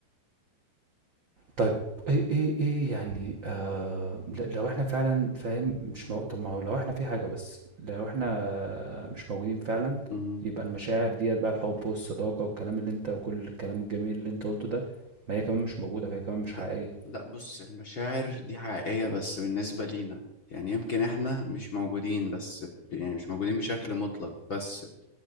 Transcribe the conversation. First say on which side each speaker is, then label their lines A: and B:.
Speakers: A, on the right (about 60°); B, on the left (about 45°).
A: طيب إيه إيه إيه يعني آآ ل لو إحنا فعلًا فاهم مش مو طب ما هو لو إحنا في حاجة بس، لو إحنا مش موجودين فعلًا،
B: مم.
A: يبقى المشاعر ديّة بقى الحب والصداقة والكلام اللي أنت وكل الكلام الجميل اللي أنت قُلته ده، ما هي كمان مش موجودة، فهي كمان مش
B: لا
A: حقيقية.
B: لا بص المشاعر دي حقيقية بس بالنسبة لينا يعني يمكن احنا مش موجودين بس يعني مش موجودين بشكل مطلق بس